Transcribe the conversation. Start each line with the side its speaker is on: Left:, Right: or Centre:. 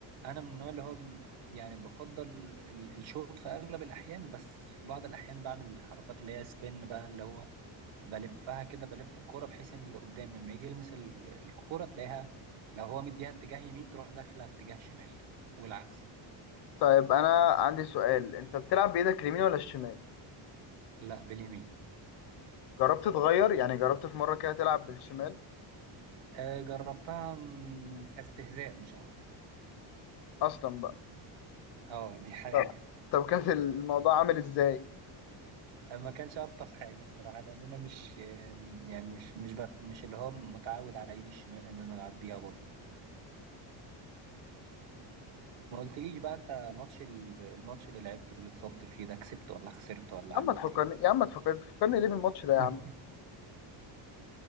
Right: انا من النوع اللي هو م- يعني بفضل ال- الشوط في اغلب الاحيان بس في بعض الاحيان بعمل الحركات اللي هي سبين بقى اللي هو بلفها كده بلف الكورة بحيث ان اللي قدامي لما يجي يلمس ال- الكورة تلاقيها لو هو مديها اتجاه يمين تروح داخلة اتجاه شمال والعكس
Left: طيب انا عندي سؤال انت بتلعب بايدك اليمين ولا الشمال
Right: لا باليمين
Left: جربت تغير يعني جربت في مرة كده تلعب بالشمال
Right: آه، جربتها م- كاستهزاء مش اكتر
Left: اصلا بقى
Right: اه دي حقيقة
Left: طب طب كان الموضوع عامل ازاي
Right: آه، ما كانش الطف حاجة الصراحة لان انا مش آم، يعني مش مش بت... مش اللي هو متعود على ايدي الشمال ان انا العب بيها برضه ما قلتليش بقى انت ماتش ال- الماتش اللي لعبته اللي اتصبت فيه ده كسبت ولا خسرت ولا
Left: يا
Right: عملت
Left: عم ما تفكرني
Right: ايه
Left: يا عم ما تفكرني تفكرني ليه بالماتش ده يا
Right: <laughs>
Left: عم